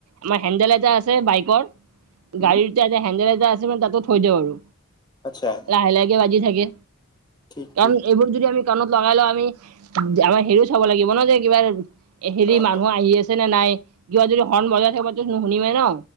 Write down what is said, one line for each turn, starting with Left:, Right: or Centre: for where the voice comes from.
Right: আমাৰ হেণ্ডেল এটা আছে বাইকৰ।
Left: উম
Right: গাড়ীৰ এটা হেণ্ডেল এটা যে আছে মানে তাতে থৈ দিও আৰু
Left: আচ্ছা।
Right: লাহে লাহেকে বাজি থাকে।
Left: ঠিক
Right: কাৰণ
Left: ঠিক
Right: এইবোৰ যদি আমি কাণত লগাই লওঁ, আমি আমাৰ হেৰিও চাব লাগিব ন যে কিবা হেৰি
Left: অ
Right: মানুহ
Left: অ
Right: আহি আছে নে নাই কিবা যদি হৰ্ণ বজাই থাকিবাতো নুশুনিমেই ন।